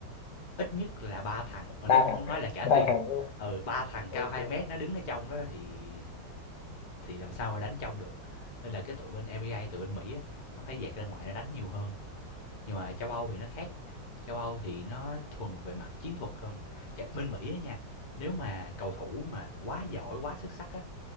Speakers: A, on the left; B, on the left.
A: ít nhất là ba thằng mà
B: ba
A: nếu không
B: thằng
A: muốn nói
B: à?
A: là cả
B: ba
A: team
B: thằng đúng không
A: ừ ba thằng cao
B: ok
A: 2 mét nó đứng ở trong đó thì thì làm sao mà đánh trong được nên là cái tụi bên MEA tụi bên Mỹ á, nó phải dạt ra ngoài nó đánh nhiều hơn nhưng mà châu Âu thì nó khác châu Âu thì nó thuần về mặt chiến thuật hơn bên Mỹ á nha nếu mà cầu thủ mà quá giỏi quá xuất sắc á